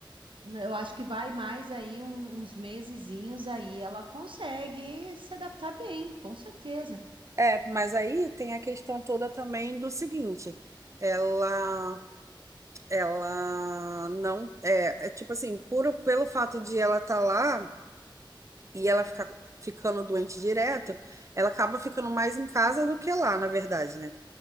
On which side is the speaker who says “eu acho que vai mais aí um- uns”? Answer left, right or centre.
Right